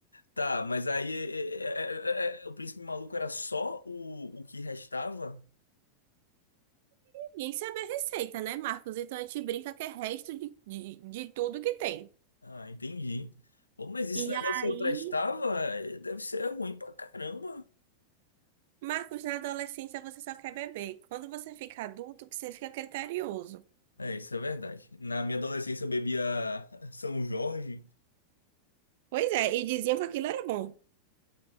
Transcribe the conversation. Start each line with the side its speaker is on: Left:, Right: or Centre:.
Left: Tá, mas aí é, é, é, é, é, o príncipe maluco era só o, o que restava?
Right: Ninguém sabe a receita, né, Marcos? Então a gente brinca que é resto de, de, de tudo que tem.
Left: Ah, entendi. Bom, mas esse
Right: E
Left: negócio
Right: aí,
Left: eu prestava, eh, deve ser ruim pra caramba.
Right: Marcos, na adolescência você só quer beber. Quando você fica adulto, que você fica criterioso.
Left: É, isso é verdade. Na minha adolescência eu bebia <laughs> São Jorge.
Right: Pois é, e diziam que aquilo era bom.